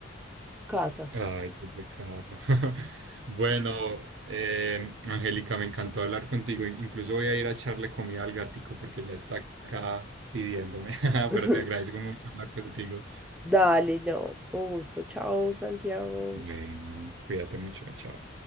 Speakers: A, in the centre; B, on the right (about 65°).
A: casas
B: Ay, qué pecado. <laughs> Bueno, eh, Angélica, me encantó hablar contigo. Incluso voy a ir a echarle comida al gatico porque ya está acá pidiéndome. <laughs>
A: <laughs>
B: Pero te agradezco mucho hablar contigo.
A: Dale, no, un gusto. Chao, Santiago.
B: Bueno, cuídate mucho, chao.